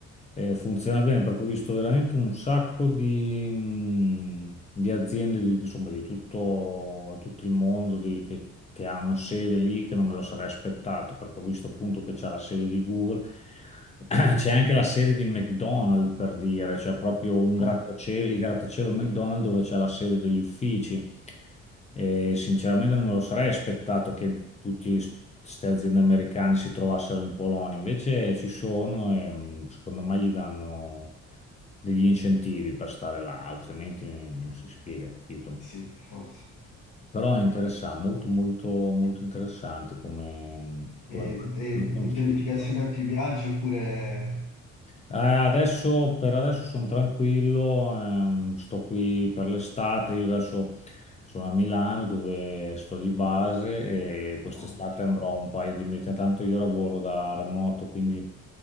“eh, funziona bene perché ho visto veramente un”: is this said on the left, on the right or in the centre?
Left